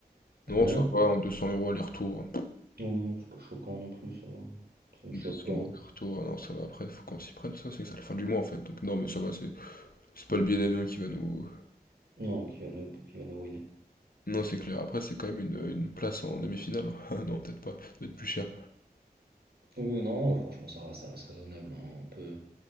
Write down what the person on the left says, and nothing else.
Non,
ça va, en 200 euros aller-retour.
Deux
cents
au
retour, ah non, ça va après, faut qu'on s'y prenne, ça, c'est que c'est à la fin du mois en fait. Donc, non, mais ça va, c'est c'est pas le billet d'avion qui va nous.
Non, c'est clair. Après, c'est quand même une, une place en demi-finale. <laughs> Ah non, peut-être pas, ça doit être plus cher.